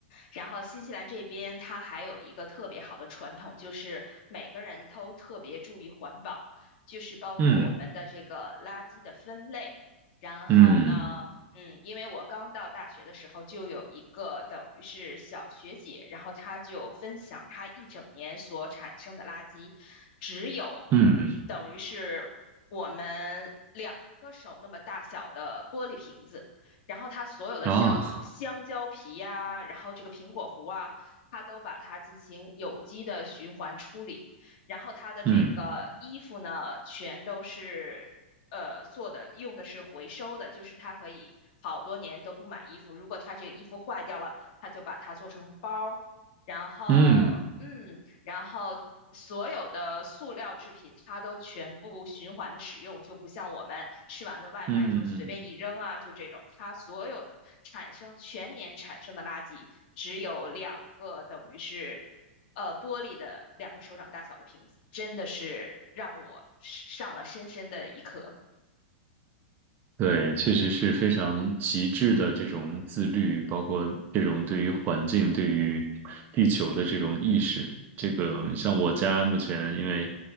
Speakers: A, on the left; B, on the right.
A: 然后新西兰这边它还有一个特别好的传统，就是每个人都特别注意环保，就是包括我们的这个垃圾的分类。
B: 嗯。
A: 然后呢，
B: 嗯
A: 嗯，因为我刚到大学的时候就有一个等于是小学姐，然后她就分享她一整年所产生的垃圾，只有
B: 嗯
A: 等于是我们两个手那么大小的玻璃瓶子。然后它所有的像香蕉皮呀、
B: 啊，
A: 然后这个苹果核啊，它都把它进行有机的循环处理。然后它的这个衣服呢，
B: 嗯
A: 全都是呃做的用的是回收的，就是它可以好多年都不买衣服，如果它这个衣服坏掉了，它就把它做成包儿。然后，
B: 嗯
A: 嗯，然后所有的塑料制品它都全部循环的使用，就不像我们吃完的外卖就随便一扔啊，
B: 嗯嗯嗯，
A: 就这种，它所有的产生全年产生的垃圾只有两个等于是。呃，玻璃的两个手掌大小的瓶子，真的是让我上了深深的一课。
B: 对，确实是非常极致的这种自律，包括这种对于环境、对于地球的这种意识。这个像我家目前，因为